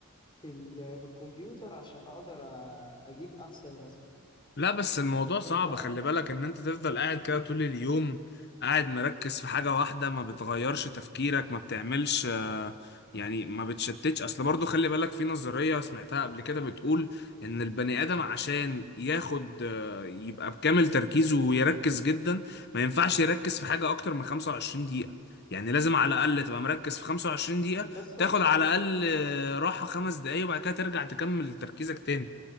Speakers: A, on the left; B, on the left.
A: في ال- في الكمبيوتر عشان أقدر أ- أجيب أحسن رسمة
B: لا بس الموضوع صعب
A: أنت
B: خلي بالك ان انت تفضل قاعد كده طول اليوم قاعد مركز في حاجة واحدة ما بتغيرش تفكيرك ما بتعملش آه، يعني ما بتشتتش اصل برضو خلي بالك في نظرية سمعتها قبل كده بتقول ان البني ادم عشان ياخد آه، يبقى بكامل تركيزه ويركز جدا ما ينفعش يركز في حاجة اكتر من 25 دقيقة يعني لازم على الاقل تبقى مركز في 25 دقيقة
A: ده الصح
B: تاخد على الاقل آه، راحة خمس دقايق وبعد كده ترجع تكمل تركيزك تاني